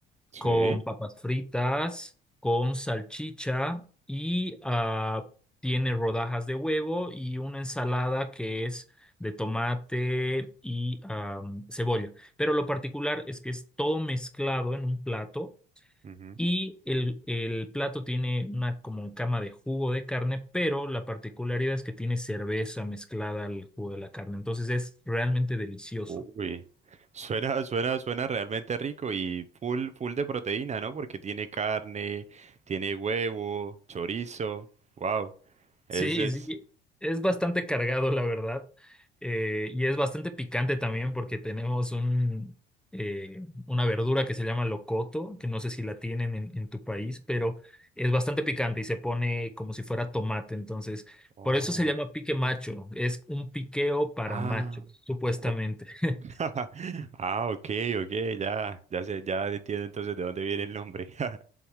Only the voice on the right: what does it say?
sí.
ujú.
Uy. <laughs> Suena, suena, suena realmente rico y full, full de proteína, ¿no? Porque tiene carne, tiene huevo, chorizo. Wow. Ese
es.
Oh.
Ah.
Ok.
<laughs> Ah, ok, ok, ya, ya sé, ya entiendo entonces de dónde viene el nombre. <laughs>